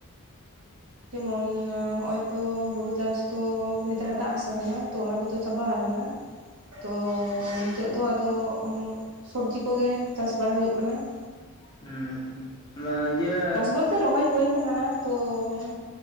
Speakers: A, on the right (about 75°); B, on the left (about 20°).
A: ᱡᱮᱢᱚᱱ ᱦᱚᱜ-ᱚᱭ ᱛᱚ ᱦᱩᱲᱩ ᱪᱟᱥ ᱛᱚ ᱢᱟᱱᱮ ᱡᱟᱦᱟᱸ ᱫᱟᱜ ᱦᱟᱥᱟ ᱠᱟᱱᱟ ᱛᱚ ᱚᱱᱟ ᱠᱚᱫᱚ ᱪᱟᱵᱟ ᱟᱠᱟᱱᱟ ᱾ ᱟᱫᱚ ᱱᱤᱛᱳᱜ ᱫᱚ ᱟᱫᱚ ᱥᱚᱵᱽᱡᱤ ᱠᱚᱜᱮ ᱪᱟᱥ ᱵᱟᱲᱟ ᱦᱩᱭᱩᱜ ᱠᱟᱱᱟ ᱾
B: ᱦᱮᱸ ᱾ ᱚᱱᱟ ᱤᱭᱟᱹ
A: ᱪᱟᱥ ᱵᱚᱞᱛᱮ ᱨᱚᱦᱚᱭ ᱦᱩᱭ ᱟᱠᱟᱱᱟ, ᱛᱚᱻ